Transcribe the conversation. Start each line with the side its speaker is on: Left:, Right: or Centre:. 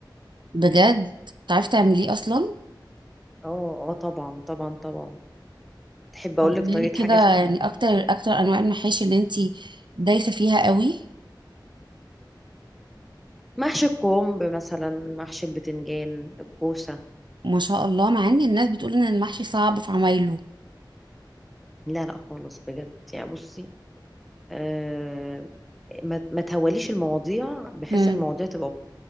Right: بجد بتعرفي تعمليه اصلا
Centre: اه اه طبعا طبعا طبعا تحب اقول
Right: طب قوليلي
Centre: لك طريقه
Right: كده
Centre: حاجه
Right: يعني
Centre: في
Right: اكتر اكتر انواع المحاشي اللي انتي دايسه فيها قوي
Centre: محشي الكرنب مثلا محشي البتنجان الكوسه
Right: ما شاء الله مع ان الناس بتقول ان المحشي صعب في عمايله
Centre: لا لا خالص بجد يعني بصي آه، ما ما تهوليش المواضيع بحيث
Right: امم
Centre: ان المواضيع تبقى